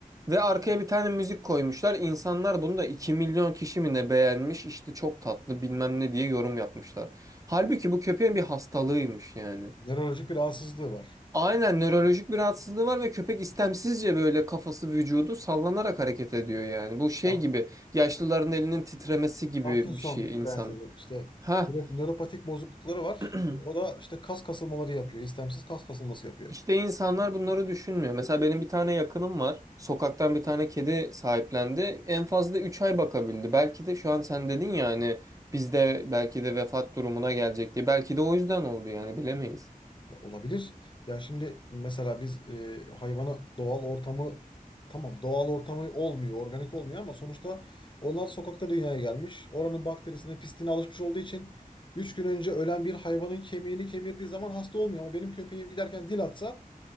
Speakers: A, on the right; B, on the left.
A: Ve arkaya bir tane müzik koymuşlar. İnsanlar bunu da 2 milyon kişi mi ne beğenmiş işte çok tatlı bilmem ne diye yorum yapmışlar. Halbuki bu köpeğin bir hastalığıymış yani.
B: Nörolojik bir rahatsızlığı var.
A: Aynen nörolojik bir rahatsızlığı var ve köpek istemsizce böyle kafası vücudu sallanarak hareket ediyor yani. Bu şey
B: Ya,
A: gibi yaşlıların elinin titremesi gibi
B: Parkinson
A: bir şey insanın.
B: benzeri işte
A: Ha
B: nöro- nöropatik bozuklukları var.
A: <clears throat>
B: O da işte kas kasılmaları yapıyor. İstemsiz kas kasılması yapıyor.
A: İşte insanlar bunları düşünmüyor. Mesela benim bir tane yakınım var. Sokaktan bir tane kedi sahiplendi. En fazla 3 ay bakabildi. Belki de şu an sen dedin ya hani bizde belki de vefat durumuna gelecek diye. Belki de o yüzden oldu yani bilemeyiz.
B: Ya olabilir. Ya şimdi mesela biz e, hayvanı doğal ortamı tamam doğal ortamı olmuyor, organik olmuyor ama sonuçta onlar sokakta dünyaya gelmiş. Oranın bakterisine, pisliğine alışmış olduğu için 3 gün önce ölen bir hayvanın kemiğini kemirdiği zaman hasta olmuyor ama benim köpeğim giderken dil atsa